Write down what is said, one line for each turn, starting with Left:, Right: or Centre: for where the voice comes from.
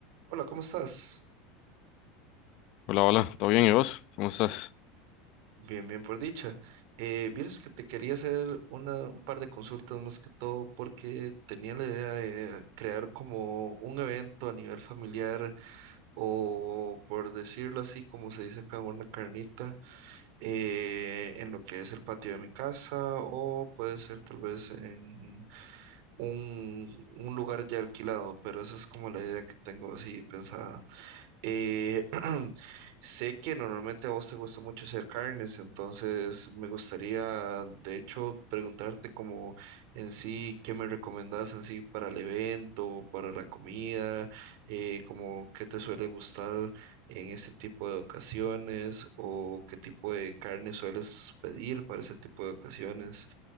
Right: Hola, ¿cómo estás?
Left: Hola, hola, ¿todo bien? ¿Y vos? ¿Cómo estás?
Right: Bien, bien, por dicha. Eh, vieras que te quería hacer una, un par de consultas más que todo porque tenía la idea de crear como un evento a nivel familiar o por decirlo así, como se dice acá, una carnita eh, en lo que es el patio de mi casa o puede ser tal vez en un, un lugar ya alquilado, pero esa es como la idea que tengo así pensada. Eh, <clears throat> sé que normalmente a vos te gusta mucho hacer carnes, entonces me gustaría, de hecho, preguntarte como en sí, ¿qué me recomendás en sí para el evento, para la comida, eh, como qué te suele gustar en este tipo de ocasiones o qué tipo de carne sueles pedir para ese tipo de ocasiones?